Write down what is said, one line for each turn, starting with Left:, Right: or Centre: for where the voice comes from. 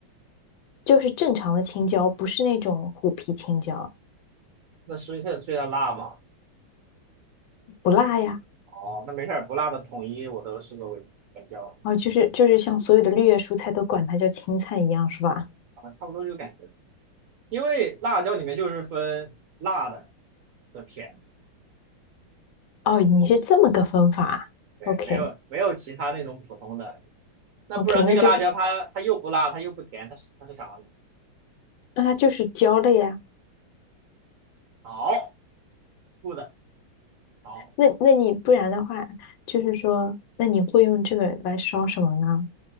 Left: 就是正常的青椒，不是那种虎皮青椒，
Right: 那所以它所以它辣嘛。
Left: 不辣呀。
Right: 哦，那没事儿，不辣的统一我都视作为甜椒
Left: 啊，就是就是像所有的绿叶蔬菜都管它叫青菜一样，是吧？
Right: 啊，差不多这个感觉。因为辣椒里面就是分辣的和甜的，
Left: 哦，你是这么个分法，OK
Right: 对，没有没有其他那种普通的，那不然这个辣椒它它又不辣，
Left: OK，那就是
Right: 它又不甜，它是它是啥呢？
Left: 那它就是焦类呀、
Right: 好，good，好，
Left: 那那你不然的话，就是说，那你会用这个来烧什么呢？